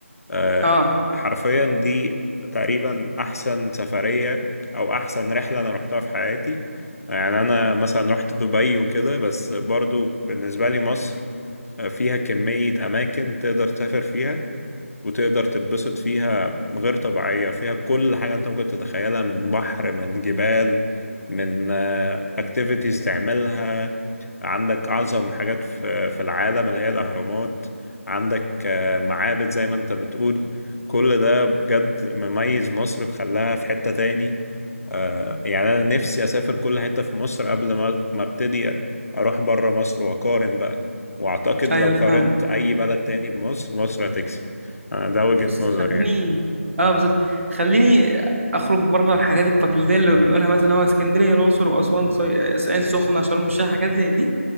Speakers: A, on the left; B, on the right.
A: آه،
B: اه
A: حرفيا دي تقريبا احسن سفرية او احسن رحلة انا روحتها في حياتي يعني انا مثلا رحت دبي وكده بس برضو بالنسبة لي مصر آه، فيها كمية اماكن تقدر تسافر فيها وتقدر تتبسط فيها غير طبيعية فيها كل حاجة انت ممكن تتخيلها من بحر من جبال من اكتيفيتيز تعملها عندك اعظم حاجات في في العالم اللي هي الاهرامات عندك آه، معابد زي ما انت بتقول كل ده بجد مميز مصر وخلاها في حتة تاني آه، يعني انا نفسي اسافر كل حتة في مصر قبل ما ما ابتدي اروح بره مصر واقارن بقى واعتقد
B: ايوه
A: لو قارنت
B: فاهمة
A: اي بلد تاني بمصر مصر هتكسب آه، ده وجهة
B: بص
A: نظر
B: خليني
A: يعني
B: اه بالظبط خليني اخرج بره الحاجات التقليدية اللي بنقولها مثلا هو اسكندرية الأقصر وأسوان سو- العين سخنة شرم الشيخ حاجات زي دي